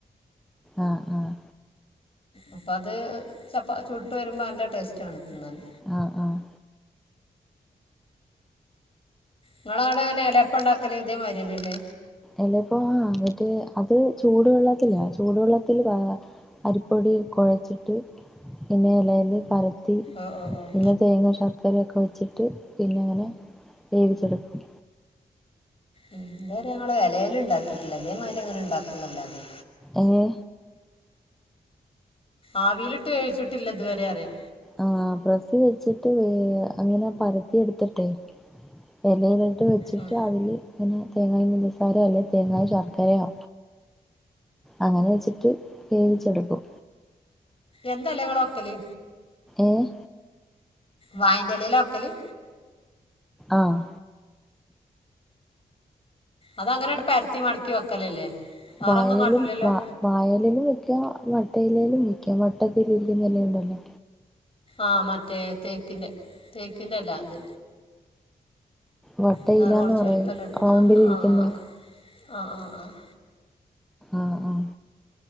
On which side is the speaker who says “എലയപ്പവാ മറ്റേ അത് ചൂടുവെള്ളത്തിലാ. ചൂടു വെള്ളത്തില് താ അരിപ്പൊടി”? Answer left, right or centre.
Centre